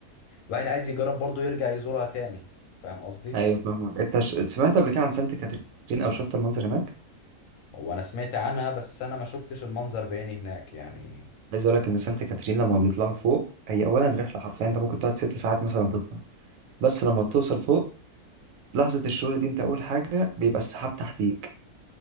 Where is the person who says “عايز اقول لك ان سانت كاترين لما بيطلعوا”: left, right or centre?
Right